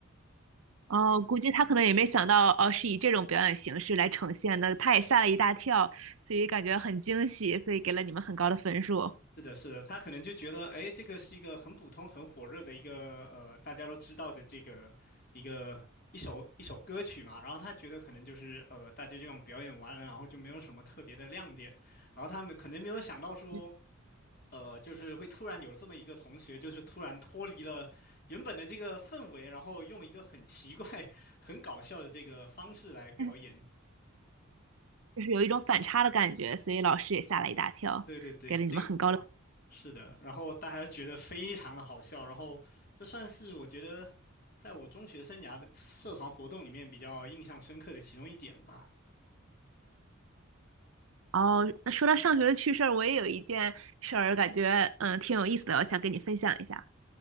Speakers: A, on the right; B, on the left.
A: 哦，估计他可能也没想到，哦，是以这种表演形式来呈现的，他也吓了一大跳，所以感觉很惊喜，所以给了你们很高的分数。
B: 是的，是的，他可能就觉得，哎，这个是一个很普通、很火热的一个呃大家都知道的这个一个一首一首歌曲嘛，然后他觉得可能就是呃大家就这样表演完了，然后就没有什么特别的亮点，然后他们可能没有想到说
A: 嗯，
B: 呃，就是会突然有这么一个同学，就是突然脱离了原本的这个氛围，然后用一个很奇怪、<laughs> 很搞笑的这个方式来表演。
A: <laughs> 就是有一种反差的感觉，所以老师也吓了一大跳，
B: 对对对，
A: 给了你们很高的。
B: 这个是的。然后大家觉得非常的好笑，然后这算是我觉得在我中学生涯的社团活动里面比较印象深刻的其中一点吧。
A: 哦，那说到上学的趣事儿，我也有一件事儿，感觉嗯挺有意思的，我想跟你分享一下。